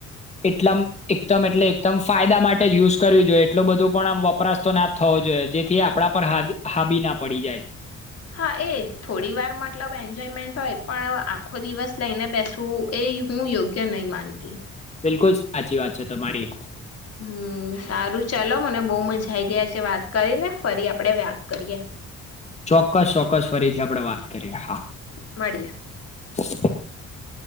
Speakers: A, on the left; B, on the left.
A: એકદમ એટલે એકદમ ફાયદા માટે જ યુઝ કરવી જોઈએ એટલો બધું પણ આમ વપરાશ તો ના જ થવો જોઈએ જેથી આપણા પરા હાબ હાબી ના પડી જાય.
B: હા એજ થોડી વાર મતલબ એન્જોયમેન્ટ હોય પણ આખો દિવસ લઈને બેસવું એ હું યોગ્ય કે નહી માનતી.
A: બિલકુલ સાચી વાત છે તમારી.
B: હમ્મ સારું ચાલો મને બો મજા આવી ગઈ આજે વાત કરીને ફરી આપડે વાત કરીએ.
A: ચોક્કસ ચોક્કસ ફરીથી આપડે વાત કરીએ હા.
B: મળીએ.
A: <inaudible>